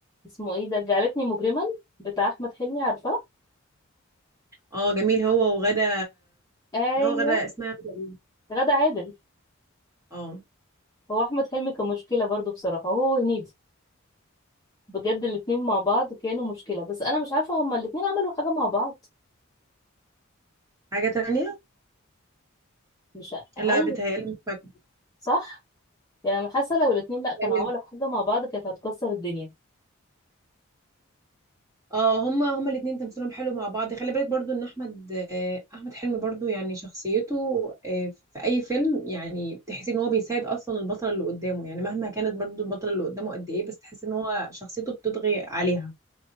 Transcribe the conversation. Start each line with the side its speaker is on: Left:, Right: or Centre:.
Left: اسمه ايه ده جعلتني مجرما بتاع احمد حلمي عارفاه
Right: اه جميل هو وغدا
Left: ايوه
Right: هو غدا اسمها غدا ايه
Left: غادة عادل
Right: اه
Left: هو احمد حلمي كان مشكله برضه بصراحه هو هنيدي بجد الاتنين مع بعض كانوا مشكله بس انا مش عارفه هما الاتنين عملوا حاجه مع بعض
Right: حاجه تانية
Left: مش هل
Right: لا بتهيألي مش فاكره
Left: صح يعني أنا حاسه لو الاتنين لا كانوا
Right: بيتهيألي-
Left: عملوا حاجه مع بعض كانت هتكسر الدنيا
Right: اه هما هما الاتنين تمثيلهم حلو مع بعض خلي بالك برضو ان احمد آه، احمد حلمي برضو يعني شخصيته آه، في اي فيلم يعني بتحسي ان هو بيساعد اصلا البطله اللي قدامه يعني مهما كانت برضو البطله اللي قدامه قد ايه بس تحسي ان هو شخصيته بتطغي عليها